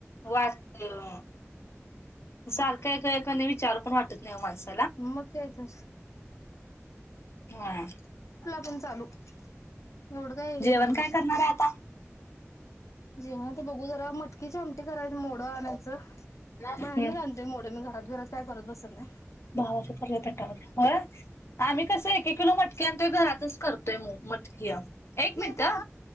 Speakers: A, on the left; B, on the left.
A: वाटतय होय सारखं हाय का, विचारू पण वाटत नाही माणसं
B: म म काय तर.
A: व्हया.
B: पण चालू, एवढं काय
A: जेवण
B: करत
A: काय
B: बसलास?
A: करणार आहे आता
B: जेवणात बघू जरा, मटकीची आमटी करायला मोडं आणायचं
A: हम्म
B: बाहेरन आणते मी मोड, घरात घिरात काय करत बसत नाय.
A: भावाच पर्यटन टाव आम्ही कसं एक किलो मटके आणतोय घरातच करतोय म्हणून मट एक मिनिट
B: येत्या